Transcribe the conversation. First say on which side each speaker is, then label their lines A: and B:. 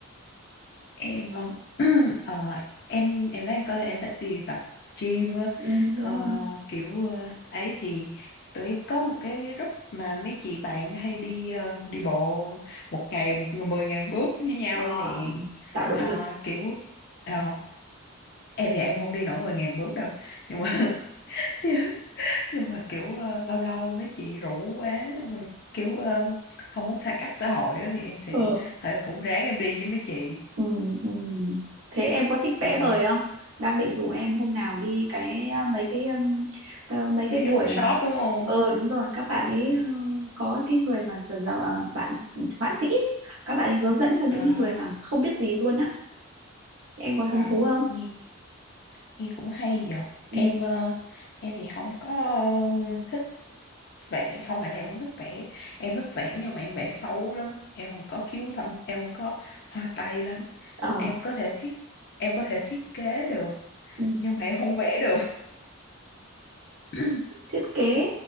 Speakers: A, on the left; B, on the right.
A: em ờ, <clears throat> ờ, em em nói em coi em thích đi tập gym á.
B: ừ, đúng
A: Ờ,
B: rồi
A: kiểu ờ, ấy thì tụi em có một cái group mà mấy chị bạn hay đi ờ, đi bộ một ngày một mười ngàn bước với nhau
B: Ờ,
A: nè
B: tạo động
A: Ờ,
B: lực
A: kiểu ờ, em thì em không đi nổi 10 ngàn bước đâu nhưng mà <laughs> nhưng mà kiểu ờ, lâu lâu mấy chị rủ quá xong rồi kiểu ờ, không muốn xa cách xã hội á, thì em sẽ
B: ừ.
A: thì cũng ráng em đi với mấy chị
B: Ừ, ừ. Thế em có thích
A: đi
B: vẽ
A: xong
B: vời không? Đang định rủ em hôm nào đi cái ờ, mấy cái ừm, ờ, mấy
A: mấy
B: cái
A: cái
B: buổi
A: workshop
B: mà
A: đúng không
B: ờ đúng rồi các bạn ấy ờ, có cái người mà giờ- giờ, ờ, bạn họa sĩ ấy, các bạn ấy hướng dẫn cho những
A: à
B: cái người mà không biết gì luôn á em có
A: wow
B: hứng thú không?
A: nghe, nghe cũng hay giờ
B: Ừ.
A: em ờ, em thì không có ờ, thích vẽ không phải là em không thích vẽ em thích vẽ nhưng mà em vẽ xấu lắm em không có khiếu thẩm em không có hoa tay lắm
B: Ờ,
A: em có thể thiết em có thể thiết kế được
B: ừ.
A: nhưng mà em không vẽ được <laughs>
B: Thiết kế